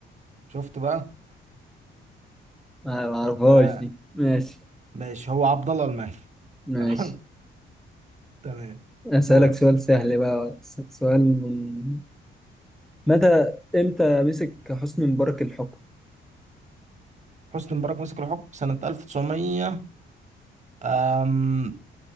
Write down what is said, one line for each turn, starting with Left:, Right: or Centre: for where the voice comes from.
Right: شفت بقى
Centre: ما ما اعرفهاش
Right: اه
Centre: دي ماشي
Right: ماشي هو عبد الله المهدي <laughs>
Centre: ماشي
Right: تمام تمام
Centre: اسألك
Right: دورك
Centre: سؤال سهل بقى س- سؤال من متى امتى مسك حسني مبارك الحكم؟
Right: حسني مبارك مسك الحكم سنة 1900 أم